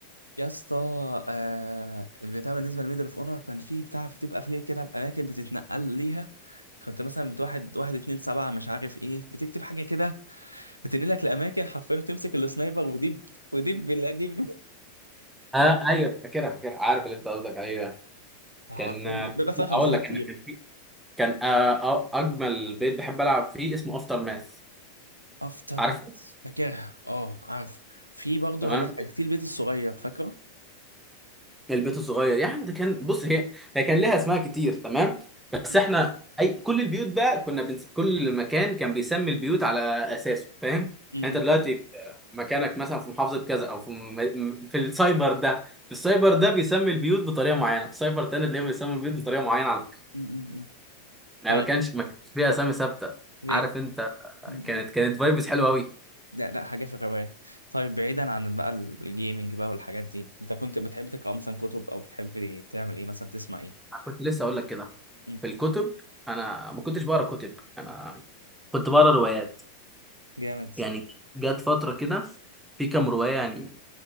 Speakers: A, on the right; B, in the centre.
A: يا اسطى آه البتاع بالنسبه لميدل اوف اونر كان فيه بتاع بتبقى فيه كده باماكن بتتنقل ليها كنت مثلا بتواحد واحد اتنين سبعة مش عارف ايه بتكتب حاجة كده بتنقلك لأماكن حرفيا وتمسك السنايبر ودي ودي بالله دي ب-
B: اه ايوه فاكرها فاكرها عارف اللي انت قصدك عليه ده
A: <laughs> حرفيا
B: كان آه،
A: بيبقى فيها
B: لا،
A: خنزرة
B: اقول لك
A: كتير
B: انا كان في كان آه، أ- اجمل بيت بحب العب فيه اسمه افتر ماث
A: افتر
B: عارفه
A: ناس فاكرها اه عارف في برضه
B: تمام
A: هقول لك حاجة في البيت الصغير فاكره؟
B: البيت الصغير يا عم ده كان بص هي هي كان ليها اسماء كتير تمام بس
A: م-
B: احنا اي كل البيوت بقى كنا بنس... كل مكان كان بيسمي البيوت على اساسه فاهم
A: م-
B: يعني انت دلوقتي في مكانك مثلا في محافظه كذا او في م... في السايبر ده في السايبر ده بيسمي البيوت بطريقه معينه في سايبر تاني تلاقيهم بيسموا البيوت بطريقه معينه على فكره
A: م- م- م.
B: يعني
A: طيب
B: ما كانش ما كانش فيها اسامي ثابته
A: بي-
B: عارف انت
A: م-
B: كانت
A: م.
B: كانت فايبس حلوه قوي
A: لا لا حاجة في الرواية طيب بعيدا عن بقى الجيمنج بقى والحاجات دي انت كنت بتحب تقرأ مثلا كتب او بتحب تعمل ايه مثلا تسمع ايه
B: كنت لسه اقول لك كده
A: مم.
B: في الكتب انا ما كنتش بقرا كتب انا كنت بقرا روايات
A: جامد
B: يعني جت فترة كده في كام رواية يعني